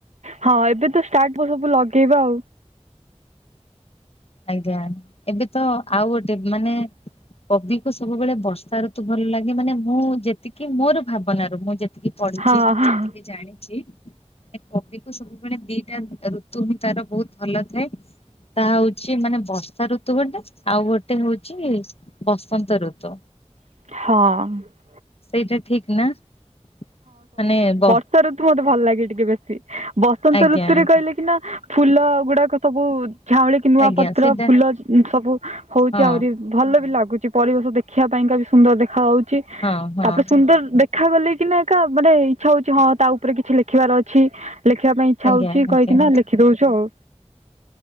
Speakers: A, on the right (about 80°); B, on the left (about 60°).
A: ହଁ ଏବେ ତ ଷ୍ଟାର୍ଟ ହବ ବୁ ଲଗେଇବା ଆଉ।
B: ଆଜ୍ଞା ଏବେ ତ ଆଉ ଗୋଟେ ମାନେ କବିକୁ ସବୁବେଳେ ବର୍ଷା ଋତୁ ଭଲ ଲାଗେ। ମାନେ ମୁଁ ଯେତିକି ମୋର ଭାବନା ର ମୁଁ ଯେ ଯେତିକି ପଢିଛି
A: ହଁ
B: ମୁଁ
A: ହଁ।
B: ଯେତିକି ଜାଣିଛି। ମାନେ କବି କୁ ସବୁବେଳେ ଦିଟା ଋ ଋତୁ ହିଁ ତାର ବହୁତ ଭଲ ଥାଏ। ତାହା ହଉଛି ସେ ମାନେ ବର୍ଷା ଋତୁ ଗୋଟେ ଆଉ ଗୋଟେ ହଉଛି ବସନ୍ତ ଋତୁ।
A: ହଁ।
B: ସେଇଟା ଠିକ୍‌ ନା ମାନେ ବ
A: ର୍ଷା ଋତୁ ମତେ ଭଲ ଲାଗେ ଟିକେ ବେଶୀ। ବସନ୍ତ
B: ଆଜ୍ଞା
A: ଋତୁରେ
B: ଆଜ୍ଞା
A: କହିଲେ କି ନା ଫୁଲ ଗୁଡାକ ସବୁ ଝାଉଁଳିକି ନୂଆ
B: ଆଜ୍ଞା
A: ପତ୍ର
B: ସେଇଟା
A: ଫୁଲ ଅ ସବୁ ହଉଛି
B: ହଁ।
A: ଆହୁରି। ଭଲ ବି ଲାଗୁଛି ପରିବେଶ ଦେଖିବା ପାଇଁକା ବି ସୁନ୍ଦର ଦେଖା ଯାଉଛି।
B: ହଁ ହଁ
A: ତାପରେ ସୁନ୍ଦର ଦେଖ ଦେଖା ଗଲେ କିନା ଏକା ମାନେ ଇଚ୍ଛା ହଉଛି। ହଁ ତା ଉପରେ କିଛି ଲେଖିବାର ଅଛି। ଲେଖିବା ପାଇଁ ଇଚ୍ଛା
B: ଆଜ୍ଞା
A: ହଉଛି
B: ଆଜ୍ଞା
A: କହିକି ନା ଲେଖି ଦଉଛୁ ଆଉ।